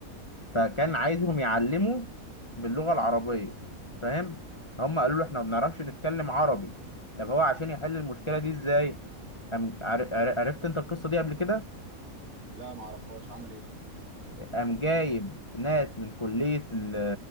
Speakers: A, on the left; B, on the right.
A: فكان عايزهم يعلموا باللغه العربيه فاهم هم قالوا له احنا ما بنعرفش نتكلم عربي طب هو عشان يحل المشكله دي ازاي أم عر- عر- عرفت انت القصه دي قبل كده
B: لا ما اعرفهاش عمل ايه
A: قام جايب ناس من كليه ال-